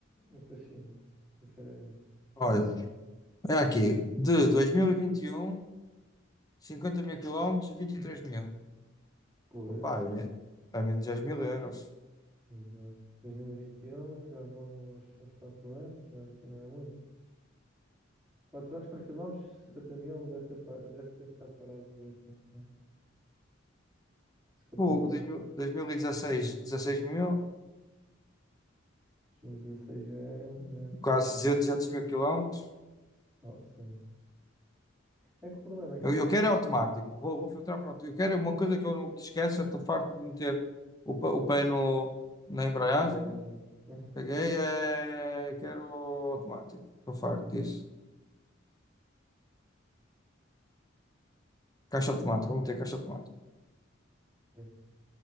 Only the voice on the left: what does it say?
Olha, é aqui, de 2021, 50 mil quilómetros, 23 mil.
Opá, é, me- é menos 10 mil euros.
Fogo,
2000
2016, 16 mil, e dezasseis, dezasseis mil,
quase 200 mil quilómetros.
Eu,
eu
quero é automático, vou, vou filtrar para o automático. Eu quero é uma coisa que eu não esqueço, eu estou farto de meter o, pa- o pé no, na embreagem.
Peguei, é... quero automático. Estou farto disso. Caixa automática, vamos ter caixa automática.